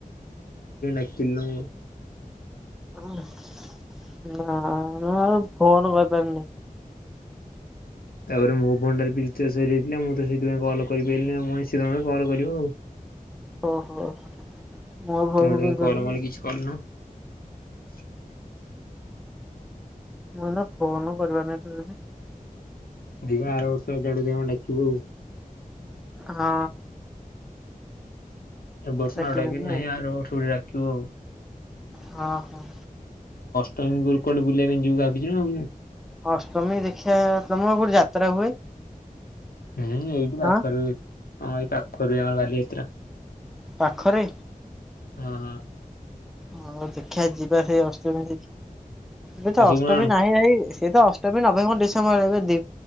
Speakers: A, on the left (about 85°); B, in the centre.
A: କିିଲୁ
B: <inaudible> ନା ମୁ ଆ ଫୋନ କରିପାରନି।
A: ତାପରେ ମୋ ଫୋନ ଟା ବି ରିଚାଜସରିଯାଇଥିଲା ମୁଁ ତ ସେଥିପାଇଁ କଲ କରିପାରିଲିନି କଲ କରିବ ଆଉ।
B: ଓହୋ ମୁ
A: ତୁ
B: ଭୟଣ
A: ମତେ କାଇଁ କଲ୍
B: କରିିବ।
A: ମଲ୍ କିଛି କରିନୁ <inaudible>
B: ମୁଁ ନା ଫୋନ କରିବା ନାଇ ତଦି
A: ଦୀଘ ଆର ବର୍ଷ ଜାଡୁ ଡାକିବୁ ଆଉ
B: ହଁ।।
A: ଏ ବର୍ଷ
B: ଟେକିଦେଲି
A: ନ ଡାକିଲୁ ନାହିଁ
B: ଆଉ
A: ଆର ବର୍ଷ କୁ ଡାକି ହଉ।
B: ହଁ ହଁ।
A: ମ କୁଆଡେ ବୁଲିବା ପାଇଁ ଭାବିଚୁ ନା ଆଉ।
B: ଅଷ୍ଟମୀ ଦେଖିବା ତମ କୋଠି ଯାତ୍ରା ହୁଏ?
A: ହେଁ ଏଇଠି ପାଖରେ
B: ଆଁ?
A: ହଁ ଏଇ ପାଖରେ ଆମର ବାଲି ଯାତ୍ରା।
B: ପାଖରେ?
A: ହଁ ହଁ।
B: ହଁ ଦେଖିବା ଯିବା ସେଇ ଅଷ୍ଟମୀ ଦେଖି। ଏବେ ତ
A: ଆସିବୁ
B: ଅଷ୍ଟମୀ
A: ନା କଣ?
B: ନାହିଁ ଭାଇ ସିଏ ତ ଅଷ୍ଟ ନଭେମ୍ବର ଡିସେମ୍ବରରେ ଏବେ ଦ